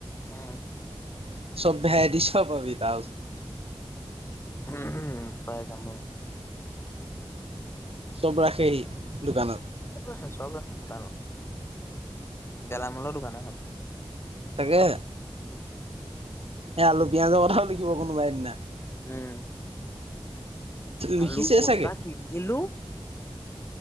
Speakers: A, on the left; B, on the right.
A: উম
B: <unintelligible>
A: উম উম হয় দাম হয়
B: চব ৰাখে সি দোকানত
A: চব ৰাখে চব ৰাখে দোকানত গেলামালৰ দোকান এখন
B: তাকে এ আলু পিয়াজৰ কথাও লিখিব কোনোবাই দিনা
A: উম
B: লিখিছে
A: আলু বস্তা
B: চাগে
A: কিনিলো